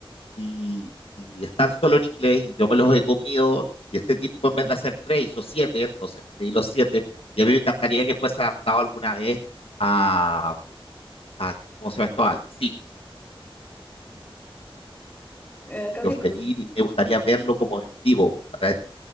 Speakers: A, on the left; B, on the left.
A: y, y están solo en inglés y yo me los he comido y este tipo en vez de hacer tres hizo siete, entonces pedí los siete y a mí me encantaría que fuese adaptado alguna vez a, a ¿cómo se llama esto? Al cine.
B: Eh, creo
A: Yo
B: que
A: feliz
B: con,
A: y me gustaría verlo como en vivo, a través